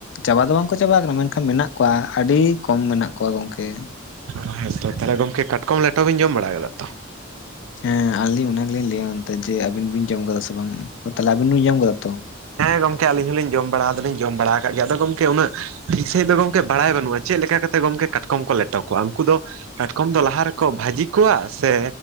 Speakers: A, on the left (about 60°); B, on the right (about 80°).
A: ᱪᱟᱵᱟ ᱫᱚ ᱵᱟᱝ ᱠᱚ ᱪᱟᱵᱟ ᱟᱠᱟᱱᱟ ᱢᱮᱱ ᱠᱷᱟ ᱢᱮᱱᱟᱜ ᱠᱚᱭᱟ ᱟᱹᱰᱤ ᱠᱚᱢ ᱢᱮᱱᱟᱜ ᱠᱚᱣᱟ ᱜᱚᱝᱠᱮ ᱾
B: ᱚ ᱦᱮᱸ ᱛᱚ ᱛᱟᱦᱚᱞᱮ ᱜᱚᱝᱠᱮ ᱠᱟᱴᱠᱚᱢ ᱞᱮᱴᱚ ᱵᱮᱱ ᱡᱚᱢ ᱵᱟᱲᱟ ᱠᱟᱫᱟ ᱛᱚ?
A: ᱦᱮᱸ ᱟᱞᱤᱧ ᱚᱱᱟ ᱜᱮᱞᱤᱧ ᱞᱟᱹᱭᱟ ᱢᱮᱱᱛᱮ ᱡᱮ ᱟᱵᱤᱱ ᱵᱤᱱ ᱡᱚᱢ ᱠᱟᱫᱟ ᱥᱮ ᱵᱟᱝ, ᱛᱟᱦᱚᱞᱮ ᱟᱵᱤᱱ ᱵᱤᱱ ᱡᱚᱢ ᱟᱠᱟᱫᱟ ᱛᱚ ᱾
B: ᱦᱮᱸ ᱜᱚᱝᱠᱮ ᱟᱹᱞᱤᱧ ᱦᱚᱞᱤᱧ ᱡᱚᱢ ᱵᱟᱲᱟ ᱫᱚ ᱞᱤᱧ ᱡᱚᱢ ᱵᱟᱲᱟ ᱟᱠᱟᱜ ᱜᱮ ᱟᱫᱚ ᱜᱚᱝᱠᱮ ᱩᱱᱟᱹᱜ ᱴᱤᱠ ᱥᱟᱺᱦᱤᱡ ᱫᱚ ᱜᱚᱝᱠᱮ ᱵᱟᱲᱟᱭ ᱵᱟᱹᱱᱩᱜᱼᱟ ᱪᱮᱫ ᱞᱮᱠᱟ ᱠᱟᱛᱮ ᱜᱚᱝᱠᱮ ᱠᱟᱴᱠᱚᱢ ᱠᱚ ᱞᱮᱴᱚ ᱠᱚᱣᱟ ᱩᱱᱠᱩ ᱫᱚ ᱠᱟᱴᱠᱚᱢ ᱫᱚ ᱞᱟᱦᱟ ᱨᱮᱠᱚ ᱵᱷᱟᱹᱡᱤ ᱠᱚᱣᱟ ᱥᱮ